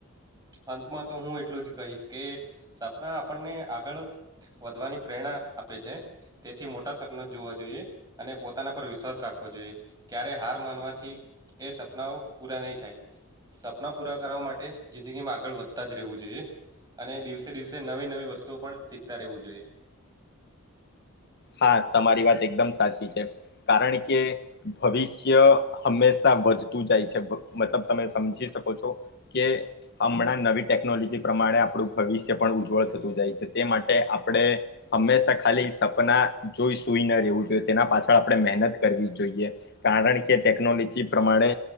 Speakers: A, on the right; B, on the left.
A: અંતમાં તો હું એટલું જ કહીશ કે સપના આપણને આગળ વધવાની પ્રેરણા આપે છે. તેથી મોટા સપના જોવા જોઈએ અને પોતાના પર વિશ્વાસ રાખવો જોઈએ ક્યારે હાર માનવાથી એ સપનાઓ પૂરા નહી થાય સપના પૂરા કરવા માટે જિંદગીમાં આગળ વધતા જ રહેવું જોઈએ. અને દિવસે દિવસે નવી નવી વસ્તુઓ પણ શીખતા રહેવું જોઈએ
B: હા તમારી વાત એકદમ સાચી છે, કારણ કે ભવિષ્ય હંમેશા વધતું જાય છે, મતલબ તમે સમજી શકો છો કે અમણાં નવી ટેકનોલોજી પ્રમાણે આપણું ભવિષ્ય પણ ઉજ્જવળ થતું જાય છે, તે માટે આપણે હંમેશા ખાલી સપના જોઈ સુઈ ન રહેવું જોઈએ તેના પાછળ આપણે મહેનત કરવી જોઈએ. કારણ કે ટેકનોલોજી પ્રમાણે